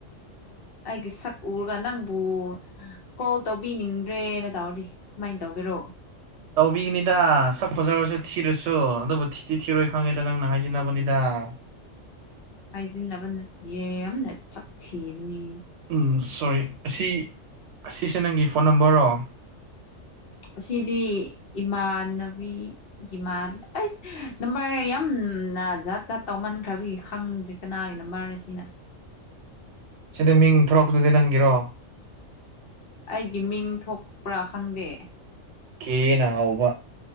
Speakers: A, on the left; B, on the right.
A: ꯑꯩꯒꯤ ꯁꯛ ꯎꯔꯒ ꯅꯪꯕꯨ ꯀꯣꯜ ꯇꯧꯕ ꯇꯥꯕꯤꯅꯤꯡꯗ꯭ꯔꯦꯅ ꯇꯧꯔꯗꯤ ꯀꯨꯃꯥꯏꯅ ꯇꯧꯒꯦꯔꯣ
B: ꯇꯧꯕꯤꯒꯅꯤꯗ ꯁꯛ ꯐꯖꯔꯁꯨ ꯊꯤꯔꯁꯨ ꯑꯗꯨꯕꯨ ꯊꯤꯗꯤꯤ ꯊꯤꯔꯣꯏ ꯈꯪꯉꯦꯗ ꯅꯪꯅ ꯍꯥꯏꯖꯤꯟꯅꯅꯕꯅꯤꯗ ꯑꯥ
A: ꯍꯥꯏꯖꯤꯟꯅꯕ ꯅꯠꯇꯦ ꯑꯃꯅ ꯁꯛ ꯊꯤꯕꯅꯦ
B: ꯎꯝ ꯁꯣꯔꯤ ꯑꯁꯤ ꯑꯁꯤꯁꯦ ꯅꯪꯒꯤ ꯐꯣꯟ ꯅꯝꯕꯔꯣ
A: ꯑꯁꯤꯗꯤ ꯏꯃꯥꯟꯅꯕꯤ ꯒꯤꯃꯥꯟ ꯑꯩꯁ ꯅꯝꯕꯔ ꯌꯥꯝ ꯎꯝ ꯅ ꯖꯥꯠ ꯖꯠ ꯇꯧꯃꯟꯈ꯭ꯔꯕꯤ ꯈꯪꯗ꯭ꯔꯤ ꯀꯅꯥꯒꯤꯅꯣ ꯃꯥꯔꯦ ꯁꯤꯅ
B: <inaudible> ꯁꯤꯗ ꯃꯤꯡ ꯊꯣꯔꯛꯄꯗꯨꯗꯤ ꯅꯪꯒꯤꯔꯣ
A: ꯑꯩꯒꯤ ꯃꯤꯡ ꯊꯣꯛꯄ꯭ꯔꯥ ꯈꯪꯗꯦ
B: ꯈꯦꯅ ꯍꯥꯎꯕ